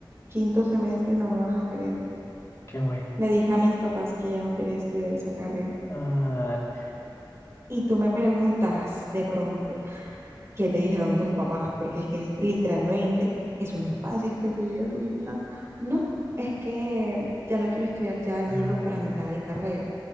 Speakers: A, on the right; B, on the left.
A: quinto semestre, no me vas a creer.
B: Qué güey.
A: Le dije a mis papás que ya no quería estudiar esa carrera.
B: Dale,
A: Y tú me preguntarás de pronto, ¿qué te dijeron tus papás? Porque es que es- literalmente eso no es fácil que te diga tu hija. No, es que ya no quiero estudiar ya yendo
B: dale.
A: para mitad de carrera.